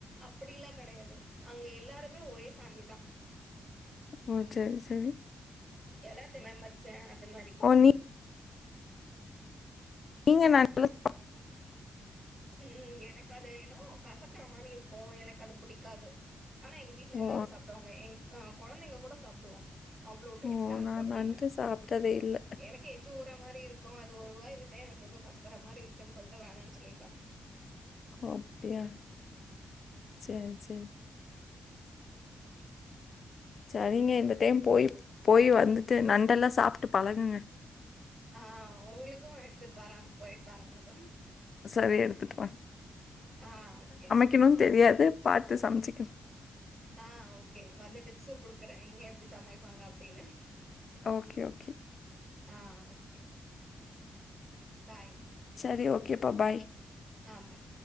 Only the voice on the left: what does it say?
ஒ செரி செரி
ஒ நீ நீங்க <inaudible>
ஓ!
ஓ!
நான்
நண்டு சாப்பிட்டதே இல்ல.
ஒ அப்டியா சேர் சேர் சரிங்க இந்த டைம் போய் போய் வந்துட்டு நண்டெல்லா சாப்ட்டு பழகுங்க
சரி எடுத்துட்டு
க்கணுன் தெரியாது பாத்து சமைச்சுக்க
ஓகே ஓகே
சரி ஓகேப்பா பாய்